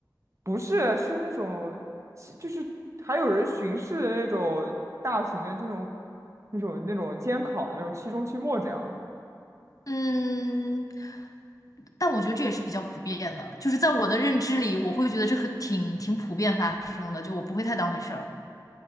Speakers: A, on the right; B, on the left.
A: 不是是那种其就是还有人巡视那种大型的这种那种那种监考的那种期中期末这样。
B: 嗯，但我觉得这也是比较普遍的，就是在我的认知里，我会觉得这很挺挺普遍发生的，就我不会太当回事儿。